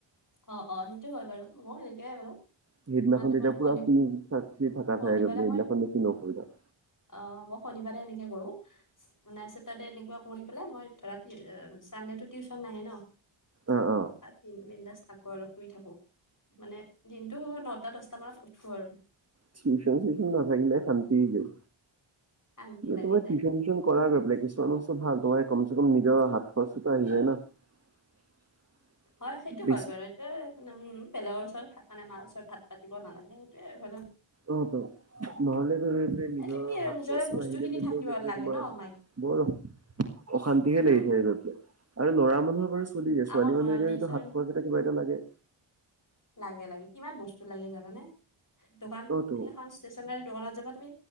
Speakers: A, on the left; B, on the right.
A: অ অ সেইটো হয়ল আৰুাৰ মই সেনেকয়ে বাৰু।
B: সেইদিনাখন
A: মানে
B: তেতিয়া
A: মানে
B: পুৰা
A: শনি
B: আুনি চাকি থকা
A: শনিবাৰে
B: থাই গছিলে হেইদিনাখন
A: মই
B: নি অসুবিধা।
A: অ মই শনিবাৰে এনেকে কৰো। মানাই আছে তাতে এনেকুৱা কৰি পেলাই মই ধৰা চানডে টো টিউচন নাহে ন।
B: অ' অ'
A: অজি বিন্দাছ। থাকো আৰু শুই থাকো মানে দিনটো নটা দছটা মানত উঠো আৰু।
B: টিউশন চিউচন নাথাকিলে শান্তি যায়
A: শান্তি
B: কিন্তু
A: লাগি
B: তোমাৰ
A: যায়
B: টিউশন এক্টিং কৰা গৈ পেলাই কিছুমান বস্তু ভাল তোমাৰ এই কমচে কম নিজৰ হাত খৰচটোতো আহি যায় ন <unintelligible>
A: হয় সেইটো
B: বেছি
A: হয় বাৰু এইটোয়ে মানে উম বেলেগৰ ওচৰত মানে মাৰ ওচৰত হাত পাতিব নালাগে সেইটোয়ে আৰু হয় নে ন
B: অ ত নহলেতো নিজে নিজৰ
A: এইটো কি আৰু
B: হাত
A: নিজৰে
B: খৰছ
A: বস্তুখিনি
B: নহিলে মানে
A: থাকিব
B: গৈ পেলাই
A: লাগে
B: তোমাৰ
A: ন মাইক
B: বৰ অশান্তিহে লাগি
A: উম
B: থাকে গৈ পেলাই আৰু ল'ৰা মানুহৰ বাৰু চলি যোয় ছোৱালী
A: আকৌ নহয়
B: মানুহ এজনীতো
A: নিজৰ
B: হাত খৰচ কিবা এটা লাগে
A: লাগে লাগে কিমান বস্তু লাগে জানানে দোকান
B: ততো
A: এখন ষ্টেচনাৰী দোকানত যাবা তুমি